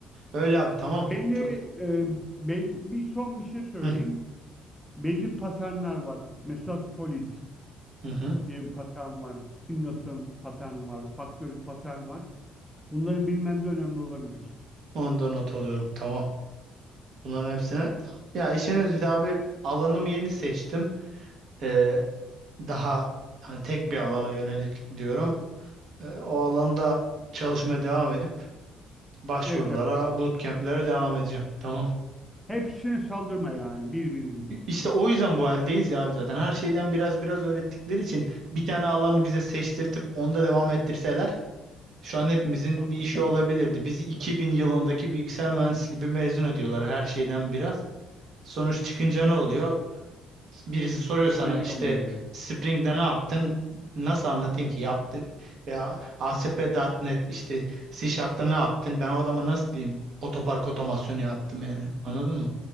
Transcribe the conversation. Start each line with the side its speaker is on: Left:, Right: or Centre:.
Right: Öyle abi tamam.
Centre: Belli,
Right: Çok
Centre: e, belli bir son bir şey söyleyeyim.
Right: hı
Centre: Belli paternler var. Mesela Solid
Right: hı. hı.
Centre: diye bir patern var. Singleton patern var. Factory patern var. Bunları bilmen de önemli olabilir.
Right: Onu da not alıyorum. Tamam. Bunların hepsine. Ya işin özeti abi alanımı yeni seçtim. Ee, daha hani tek bir alana yönelik diyorum. Ee, o alanda çalışmaya devam edip başvurulara,
Centre: Evet, evet.
Right: bootcamp'lere devam edeceğim. Tamam.
Centre: Hepsine saldırma yani. Bir bir git.
Right: İşte o yüzden bu haldeyiz ya abi zaten. Her şeyden biraz biraz öğrettikleri için bir tane alanı bize seçtirtip onda devam ettirseler şu an hepimizin
Centre: Çok
Right: bir işi
Centre: da.
Right: olabilirdi. Bizi 2000 yılındaki bilgisayar mühendisi gibi mezun ediyorlar her şeyden biraz. Sonuç çıkınca ne oluyor? Birisi soruyor sana
Centre: O da iyi
Right: işte
Centre: olmuyor.
Right: Spring'de ne yaptın? Nasıl anlatayım ki yaptım? Veya A S P nokta net işte C Sharp'ta ne yaptın? Ben o adama nasıl diyeyim? Otopark otomasyonu yaptım yani. Anladın mı?